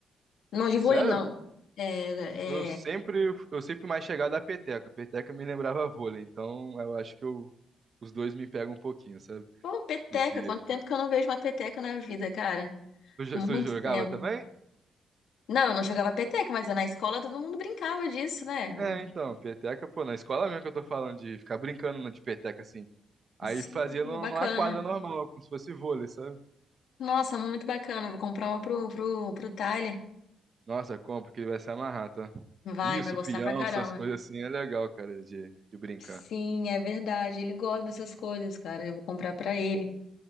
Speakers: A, on the left; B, on the right.
A: Não, de
B: Sério?
A: vôlei não. É,
B: Eu sempre,
A: é...
B: eu sempre mais chegado à peteca. Peteca me lembrava vôlei, então eu acho que eu, os dois me pegam um pouquinho, sabe?
A: Pô, peteca,
B: Desse,
A: quanto tempo que eu não vejo uma peteca na vida, cara?
B: tu, jo-
A: Muito
B: tu jogava
A: tempo.
B: também?
A: Não, eu não jogava peteca, mas na escola todo mundo brincava disso, né?
B: É, então, peteca, pô, na escola mesmo que eu tô falando de ficar brincando de peteca assim. Aí
A: Sim,
B: fazia
A: pô,
B: no-
A: bacana.
B: numa quadra normal, como se fosse vôlei, sabe?
A: Nossa, muito bacana. Vou comprar uma pro, pro, pro Tyler.
B: Nossa, compra que ele vai se amarrar, tá?
A: Vai,
B: Isso,
A: vai gostar
B: peão,
A: pra caramba.
B: essas coisas assim é legal, cara, de, de brincar.
A: Sim, é verdade. Ele gosta dessas coisas, cara. Eu vou comprar pra ele.